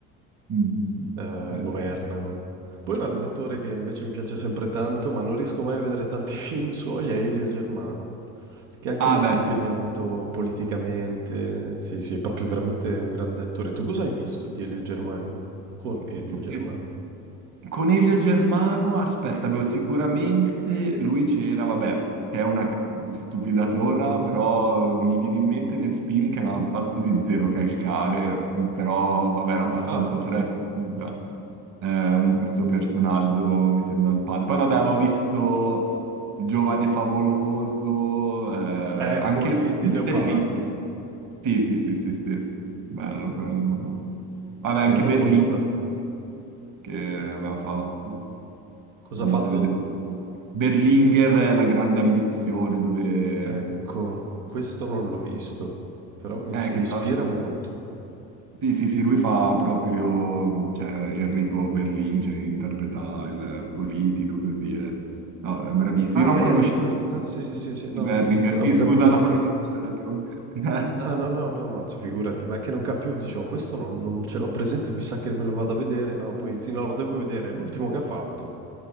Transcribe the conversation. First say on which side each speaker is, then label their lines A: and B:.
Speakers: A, on the right; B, on the right.
A: Mhm.
B: eh,
A: Sì.
B: governano. Poi un
A: sì.
B: altro attore che invece mi piace sempre tanto, ma non riesco mai a vedere tanti <laughs> film suoi, è Elio Germano. Che è anche
A: Ah,
B: molto
A: beh,
B: impegnato politicamente. Sì, sì, è proprio veramente un grande attore. Tu cosa hai visto di Elio Germano? Con Elio Germano.
A: sì. Coniglio Germano, aspetta, avevo sicuramente lui c'era, vabbè, che è una c- stupidatona, però mi viene in mente nel film che avevano fatto di Zero Calcare, però vabbè, era abbastanza
B: Ah,
A: trash, già. Eh, un- questo personaggio mi sembra il padre. Poi vabbè, avevo visto Giovane Favoloso, eh,
B: ecco
A: anche
B: il film di Leopardi,
A: lì. Sì, sì, sì, sì, sì, bello quello, no? Vabbè, anche
B: vero,
A: Berlino
B: molto bello.
A: che aveva fatto,
B: Cosa
A: sono
B: ha
A: andato
B: fatto?
A: a vedere. Berlinguer, eh, La grande ambizione, dove...
B: Ecco, questo non l'ho visto, però mi,
A: Eh, che
B: mi ispira
A: tra l'altro...
B: molto.
A: Sì, sì, sì, lui fa proprio, cioè, Enrico Berlin, cioè, interpreta il politico, così, eh. No, è bravissimo.
B: Ah,
A: Io
B: Berlinguer.
A: non conoscevo
B: Ah, sì, sì, sì, sì, no,
A: Berlinguer,
B: non- <laughs> avevo
A: sì, scusa
B: capito
A: la
B: un'altra
A: formazione,
B: cosa.
A: ragione. <laughs>
B: Ah, no, no, no, ma figurati, ma è che non capivo, dicevo, questo non, non ce l'ho presente, mi sa che me lo vado a vedere, no, poi sì, no, lo devo vedere, è l'ultimo che ha fatto.